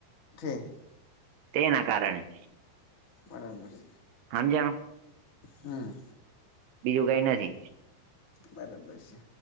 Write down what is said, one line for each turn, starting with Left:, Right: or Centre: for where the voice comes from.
Left: ઠી.
Right: તેના કારણે.
Left: બરાબર છે.
Right: <unintelligible>
Left: હમ.
Right: બીજું કઈ નથી.
Left: બરાબર છે.